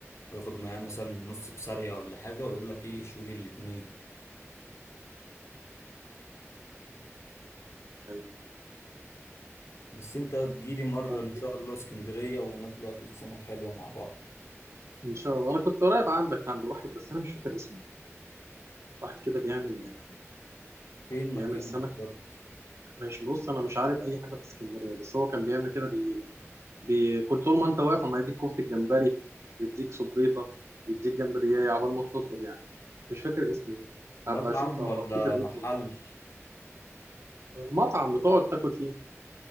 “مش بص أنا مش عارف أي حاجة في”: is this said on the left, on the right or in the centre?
Right